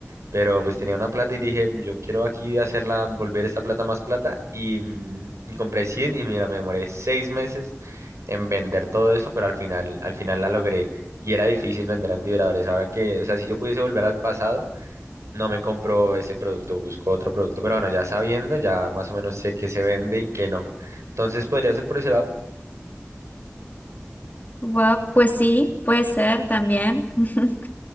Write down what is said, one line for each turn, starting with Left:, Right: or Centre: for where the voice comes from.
Right: pero pues tenía una plata y dije, "Mm, yo quiero aquí hacerla, volver esta plata más plata. Y, mm, y compré 100 y mira, me demoré seis meses en vender todo eso, pero al final, al final la logré. Y era difícil vender antivibradores. Ahora que, o sea, si yo pudiese volver al pasado, no me compro ese producto, busco otro producto. Pero bueno, ya sabiendo, ya más o menos sé qué se vende y qué no. Entonces podría ser por ese lado.
Left: Guau, pues sí, puede ser también. <laughs>